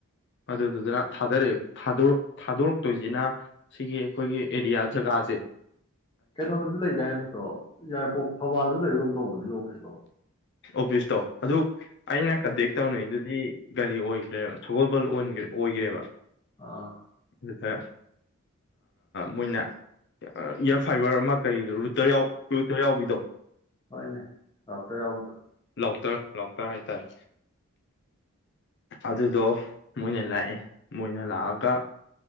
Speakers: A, on the left; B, on the left.
A: ꯑꯗ ꯑꯗꯨꯗꯨꯅ ꯊꯥꯗꯔꯛꯑꯦ ꯊꯥꯗꯣꯔꯛꯦ ꯊꯥꯗꯣꯔꯛꯇꯣꯏꯁꯤꯅ ꯁꯤꯒꯤ ꯑꯩꯈꯣꯏꯒꯤ ꯑꯦꯔꯤꯌꯥ ꯖꯒꯥꯁꯤ
B: ꯀꯩꯅꯣꯗꯁꯨ ꯂꯩꯗꯥꯏ ꯑꯗꯨꯗꯣ ꯏꯌꯥꯔꯄꯣꯔꯠ ꯊꯧꯕꯥꯜꯗꯁꯨ ꯂꯩꯕ ꯀꯝ ꯇꯧꯕꯅꯤꯁꯨ ꯑꯣꯐꯤꯁꯇꯣ
A: ꯑꯣꯐꯤꯁꯇꯣ ꯑꯗꯨ ꯑꯩꯅ ꯀꯟꯇꯦꯛ ꯇꯧꯅꯩꯗꯨꯗꯤ ꯒꯥꯔꯤ ꯑꯣꯏꯈ꯭ꯔꯦꯕ ꯁꯒꯣꯜ ꯗꯜ ꯑꯣꯏꯈ꯭ꯔꯦꯕ
B: ꯑꯥ
A: ꯑꯗꯨꯗ ꯃꯣꯏꯅ ꯏꯌꯥꯔ ꯐꯥꯏꯕꯔ ꯑꯃ ꯀꯔꯤ ꯇꯇꯔ ꯀꯨꯇꯔ ꯌꯥꯎꯕꯤꯗꯣ
B: ꯍꯣꯏꯅꯦ ꯔꯛꯇ ꯌꯥꯎꯗ
A: ꯂꯣꯛꯇꯔ ꯂ ꯇ ꯍꯥꯏ ꯇꯔ ꯑꯗꯨꯗꯣ ꯃꯣꯏꯅ ꯂꯥꯛꯑꯦ ꯃꯣꯏꯅ ꯂꯥꯛꯑꯒ